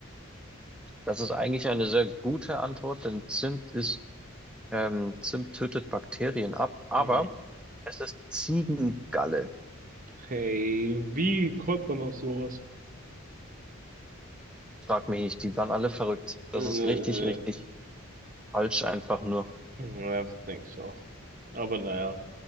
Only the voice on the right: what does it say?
Mhm.
Hey, wie kommt man auf sowas?
Äh,
ja, das denke ich auch. Aber naja.